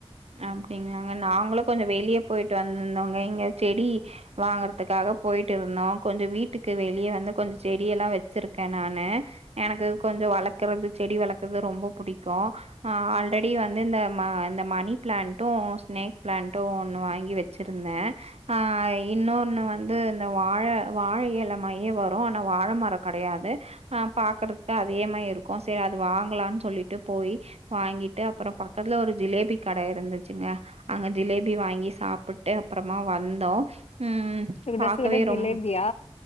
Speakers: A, on the right (about 80°); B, on the left (about 80°).
A: அப்டிங்ளாங்க நாங்களு கொஞ்சோ வெளிய பொய்ட்டு வந்ருந்தோங்க இங்க செடி வாங்றது துக்காக பொய்ட்டிருந்தோ கொஞ்சோ வீட்டுக்கு வெளியே வந்து கொஞ்சோ செடியெல்லா வச்சிருக்கே நானு எனக்கு கொஞ்சோ வளக்கறது செடி வளக்கறது ரொம்ப புடிக்கு ஆ ஆல்ரெடி வந்து இந்த ம இந்த மணி பிளான்ட்டு ஸ்னேக் பிளான்ட்டு ஒன்னு வாங்கி வச்சுருந்தே ஆ இன்னொன்னு வந்து இந்த வாழ வாழ இலமாயே வரு ஆனா வாழ மரோ கெடையாது அ பாக்குறதுக்கு அதே மாரி இருக்கு சரி அது வாங்லானு சொல்லிட்டு போய் வாங்கிட்டு அப்பறோ பக்கத்ல ஒரு ஜிலேபி கட இருந்துச்சுங்க அங்க ஜிலேபி வாங்கி சாப்புட்டு அப்றமா வந்தோ ம்
B: சுட
A: பாக்கவே
B: சுட ஜிலேபியா
A: ரொம்